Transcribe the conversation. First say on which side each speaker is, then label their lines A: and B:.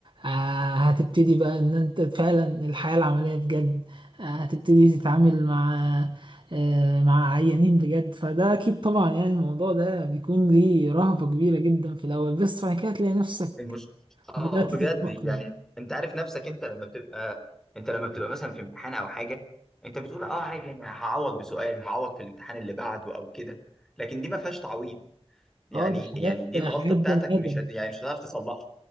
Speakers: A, on the right (about 50°); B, in the centre.
A: آه، هتبتدي بقى ان انت فعلا الحياه العمليه بجد آه، هتبتدي تتعامل مع آه، مع عيانين بجد فده اكيد طبعا يعني الموضوع ده بيكون ليه رهبه كبيره جدا في الاول بس بعد كده تلاقي نفسك
B: المش... اه
A: بدأت
B: بجد
A: تتأقلم
B: يعني انت عارف نفسك انت لما بتبقى انت لما بتبقى مثلا في امتحان او حاجه انت بتقول اه عادي يعني هعوض بسؤال هعوض في الامتحان اللي بعده او كده لكن دي ما فيهاش تعويض يعني
A: اه دي حياة
B: يعني دي الغلطه
A: حياة
B: بتاعتك
A: بني آدم
B: مش هت... يعني مش هتعرف تصلحها